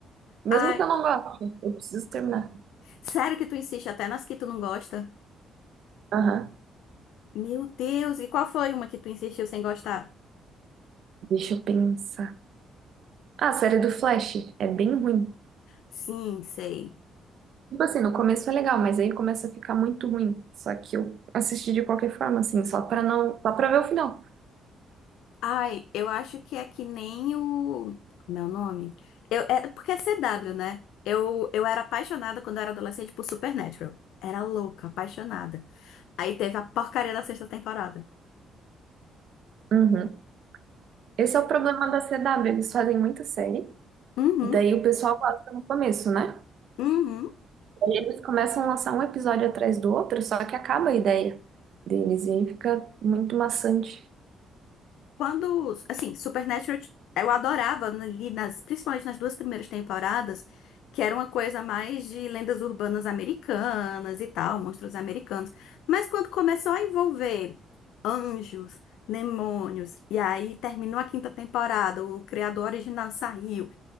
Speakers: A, on the right; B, on the left.
A: Mesmo
B: Ai,
A: que eu não goste, eu preciso terminar.
B: sério que tu insiste até nas que tu não gosta?
A: Aham.
B: Meu Deus, e qual foi uma que tu insistiu sem gostar?
A: Deixa eu pensar. Ah, a série do Flash é bem ruim.
B: Sim, sei.
A: Tipo assim, no começo é legal, mas aí começa a ficar muito ruim. Só que eu assisti de qualquer forma, assim, só pra não, só pra ver o final.
B: Ai, eu acho que é que nem o meu nome. Eu é porque é CW, né? Eu eu era apaixonada quando eu era adolescente por Supernatural. Era louca, apaixonada. Aí teve a porcaria da sexta temporada.
A: Uhum. Esse é o problema da CW, eles fazem muita série,
B: Uhum,
A: e daí o pessoal gosta no começo, né?
B: uhum.
A: aí eles começam a lançar um episódio atrás do outro, só que acaba a ideia deles, e aí fica muito maçante.
B: Quando, assim, Supernatural, eu adorava ali nas, principalmente nas duas primeiras temporadas, que era uma coisa mais de lendas urbanas americanas e tal, monstros americanos. Mas quando começou a envolver anjos, demônios, e aí terminou a quinta temporada, o criador original saiu.